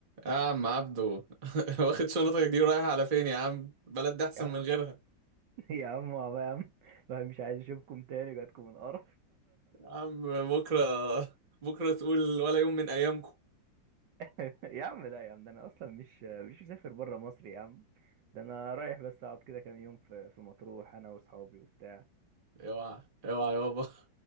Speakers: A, on the right; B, on the right.
A: يا عم عبدو <laughs> واخد شنطتك دي ورايح على فين يا عم البلد دي احسن
B: يا عم
A: من غيرها
B: يا عم والله يا عم ما مش عايز اشوفكم تاني جاتكم القرف
A: يا عم بكره بكره تقول ولا يوم من ايامكم
B: <laughs> يا عم لا يا عم ده انا اصلا مش مش مسافر بره مصر يا عم ده انا رايح بس اقعد كده كام يوم في في مطروح انا واصحابي وبتاع
A: اوعى اوعى يابا